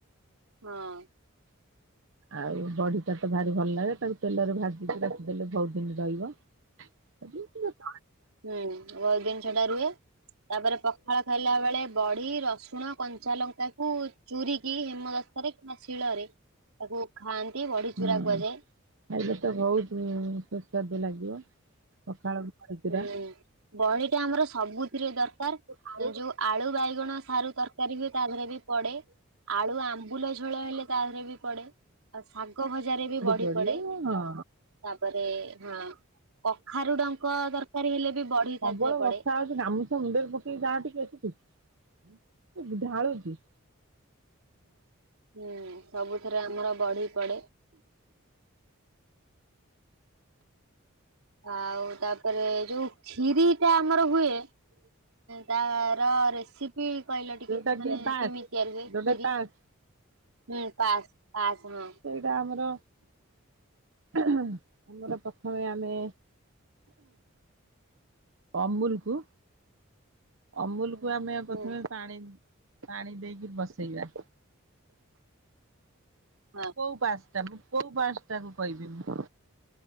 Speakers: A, on the right; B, on the right.
A: ହଁ।
B: ଆଉ ବଢିଟା ତ ଭାରି ଭଲ ଲାଗେ ତାକୁ ତେଲରେ ଭାଜିକି ତାକୁଦେଲେ ବହୁତ ଦିନି ରହିବ। ଆ
A: ହୁଁ ବ ଦିନ ସେଟା ରୁହେ ତାପରେ ପଖାଳ ଖାଇଲା ବେଳେ ବଢି ବଢି ରସୁଣ କଞ୍ଚା ଲଙ୍କା କୁ ଚୁରୀ କି ହେମଦସ୍ତାରେ କିମ୍ବା ଶିଳରେ ତାକୁ ଖାଆନ୍ତି ବଢି
B: ହଁ
A: ଚୁରା କୁହାଯାଏ।
B: ଖାଇଲେ ତ ବୋହୁତ ସୁସ୍ବାଦୁ ଲାଗିବ ପଖାଳ ବଡ଼ି ଚୁରା।
A: ହୁଁ ବଢିଟା ଆମର ସବୁଥିରେ ଦରକା ଦରକାର୍
B: ହଁ
A: ଯୋଉ ଆଳୁ ବାଇଗଣ ସାରୁ ତରକାରୀ ହୁଏ ତା ଦେହରେ ବି ପଡେ। ଆଳୁ ଆମ୍ବୁଲ ଝୋଳ ହେଲେ ତାରେ ବି ପଡେ ଆଉ ଶାଗ ଭଜାରେ ବି ବଢି
B: ପଡିବ
A: ପଡେ।
B: ହଁ।
A: ତାପରେ ହଁ କଖାରୁଡଙ୍କ ତରକାରୀ ହେଲେ ବି ବଢି
B: ପ୍ରବଳ
A: ତାଦରେ ପଡେ।
B: ବର୍ଷା ଗାମୁଛା ମୁଣ୍ଡରେ ପକେଇ ଯାହା ଟିକେ ସେଟିକି ଝାଳୁଚି।
A: ହୁଁ ସବୁଥିରେ ଆମର ବଢି ପଡେ। ଆଉ ତାପରେ ଯୋଉ ଖିରି ଟା ଆମର ହୁଏ। ତାର ରେସିପି କହିଲ ଟିକେ
B: ଯୋଉଟା କି
A: ମାନେ
B: ପାସ୍
A: କେମିତି ତିଆରି ହୁଏ
B: ଯୋଉଟା
A: ଖିରି।
B: ପାସ୍
A: ହୁଁ ପାସ୍ ପାସ୍ ହଁ।
B: ସେଇଟା ଆମର ଆମର ପ୍ରଥମେ ଆମେ ଅମୁଲକୁ ଅମୁଲକୁୁ ଆମେ ପ୍ରଥମେ
A: ହୁଁ
B: ପାଣି ପାଣି ଦେଇକି ବସେଇବା।
A: ହଁ।
B: କୋଉ ପାସଟା ମୁଁ କୋଉ ପାସଟା କୁ କହିବି ମୁଁ